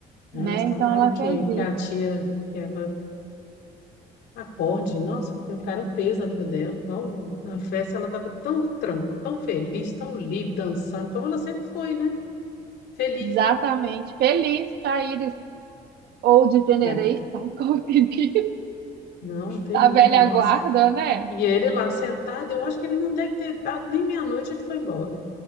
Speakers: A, on the left; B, on the right.
A: Aí,
B: né?
A: Mas tomara
B: Então ela
A: que,
B: fez isso.
A: que a tia, que a Acorde, nossa, eu quero um peso na vida dela. Igual Na festa ela estava tão tranquila, tão feliz, tão livre, dançando, como ela sempre foi, né? Feliz,
B: Exatamente.
A: né?
B: Feliz, Chaires. Old Generation,
A: É.
B: <laughs> como se diz,
A: Não, terrível,
B: da <laughs> velha
A: nossa.
B: guarda, né?
A: E ele lá sentado, eu acho que ele não deve ter dado nem meia-noite, ele foi embora.